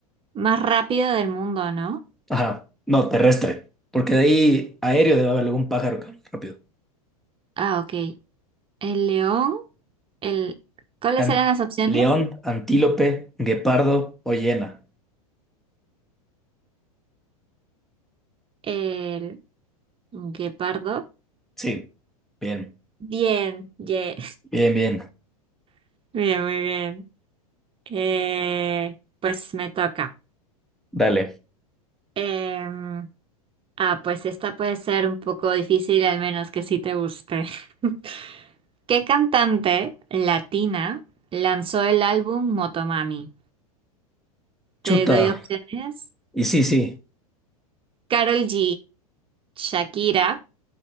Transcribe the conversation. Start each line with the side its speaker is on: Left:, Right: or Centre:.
Right: Más rápido del mundo, ¿no?
Centre: Ajá, no, terrestre. Porque de ahí aéreo debe haber algún pájaro que hable rápido.
Right: Ah, ok. El león, el... ¿Cuáles
Centre: An-
Right: eran las opciones?
Centre: león, antílope, guepardo o hiena.
Right: El guepardo.
Centre: Sí, bien,
Right: Bien, yeah.
Centre: bien, bien.
Right: <laughs> Bien, muy bien. Eh, pues me toca.
Centre: Dale.
Right: Em, Ah, pues esta puede ser un poco difícil, al menos que sí te guste. <laughs> ¿Qué cantante latina lanzó el álbum Motomami?
Centre: Chuta.
Right: Te doy opciones.
Centre: Y sí, sí,
Right: Carol G, Shakira,